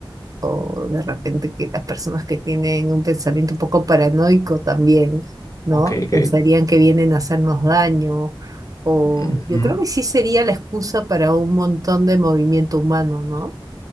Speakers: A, on the right (about 40°); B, on the left (about 40°).
A: o de repente que las personas que tienen un pensamiento un poco paranoico también, ¿no?
B: Ok, ok.
A: Pensarían que vienen a hacernos daño o
B: Ujú.
A: yo creo que sí sería la excusa para un montón de movimiento humano, ¿no?